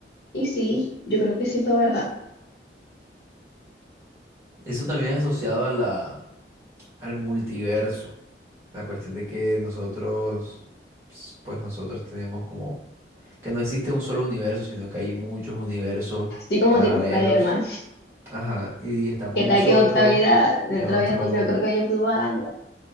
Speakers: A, on the left; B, on the right.
A: Y sí, yo creo que sí fue verdad.
B: Eso también es asociado a la, al multiverso. La cuestión de que nosotros, ps- pues nosotros tenemos como que no existe un solo universo, sino que hay muchos universos
A: Así como
B: paralelos.
A: tipo Spider-Man.
B: Ajá, y estamos
A: ¿Qué tal
B: nosotros
A: que en otra vida, en
B: en
A: otra
B: otro,
A: vida no, yo creo que yo fui malandra.